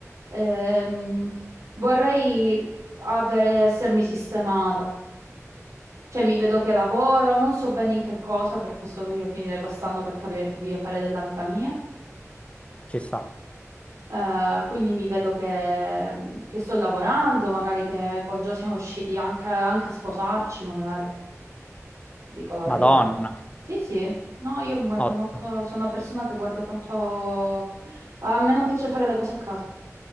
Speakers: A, on the right (about 75°); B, on the left (about 20°).
A: ehm, vorrei avere- essermi sistemata. Cioè, mi vedo che lavoro, non so bene in che cosa, per questo voglio finire quest'anno per capire che voglio fare della vita mia.
B: ci sta.
A: Eh, quindi mi vedo che, che sto lavorando, magari che con Gio siamo riusciti anche, anche a sposarci, magari. ti dico la verità.
B: Madonna,
A: Sì, sì, no, io mi guardo
B: ottimo.
A: molto, sono una persona che guarda tanto... A me non piace fare le cose a caso.